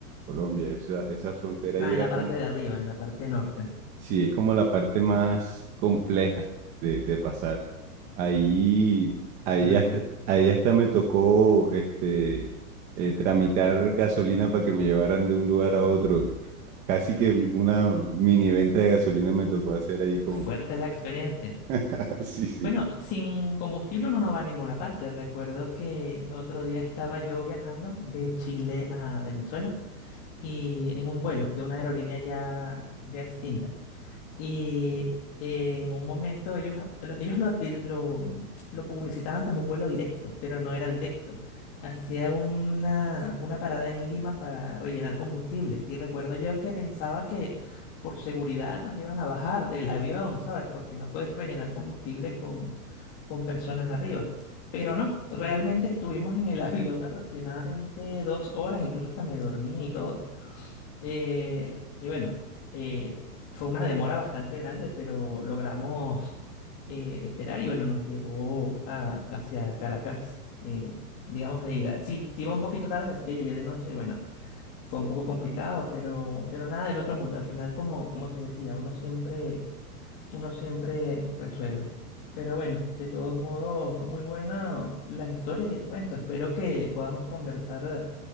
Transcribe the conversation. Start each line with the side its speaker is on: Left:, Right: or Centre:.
Right: Colombia. Esa, esa frontera
Left: Ah,
Right: ahí era
Left: en la parte
Right: como,
Left: de arriba, en la parte norte,
Right: sí, es como la parte más compleja de, de pasar. Ahí, ahí
Left: imagínate.
Right: hasta, ahí hasta me tocó este, eh, tramitar gasolina para que me llevaran de un lugar a otro. Casi que una mini venta de gasolina me tocó hacer ahí con...
Left: Fuerte la experiencia.
Right: <laughs> Sí, sí.
Left: Bueno, sin combustible uno no va a ninguna parte. Recuerdo que otro día estaba yo viajando de Chile a Venezuela y en un vuelo de una aerolínea ya, ya extinta. Y eh, en un momento ellos, lo- ellos lo, advi- lo, lo publicitaban como un vuelo directo, pero no era directo. Hacía una, una parada en Lima para rellenar combustible. Y recuerdo yo que pensaba que por seguridad nos iban a bajar del avión, ¿sabes? Porque no puedes rellenar combustible con, con personas arriba. Pero no, realmente estuvimos en el <laughs> avión aproximadamente dos horas, incluso hasta me dormí y todo. Eh, y bueno, eh, fue una demora bastante grande, pero logramos eh, esperar y bueno, nos llevó a- hacia Caracas, eh, digamos de ida. Sí, sí iba un poquito tarde, así que llegué de noche y bueno, fue un poco complicado, pero, pero nada del otro mundo. Al final, como, como te decía, uno siempre, uno siempre resuelve. Pero bueno, de todos modos, muy bueno las historias y el cuento. Espero que podamos conversar